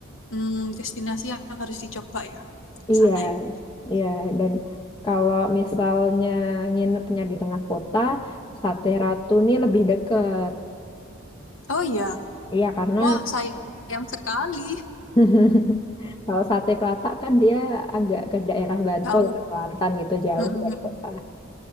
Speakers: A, on the left; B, on the left.
A: mm, destinasi yang harus dicoba ya. Ke
B: Iya,
A: Sana ya.
B: iya. Dan kalau misalnya nginepnya di tengah kota, Sate Ratu ini lebih deket.
A: Oh iya.
B: Iya, karena
A: Wah, sayang sekali.
B: <laughs> Kalau sate Kelatak kan dia agak ke daerah Bantul,
A: Jauh.
B: ke selatan gitu,
A: Mm,
B: jauh
A: mm,
B: dari
A: mm,
B: kota.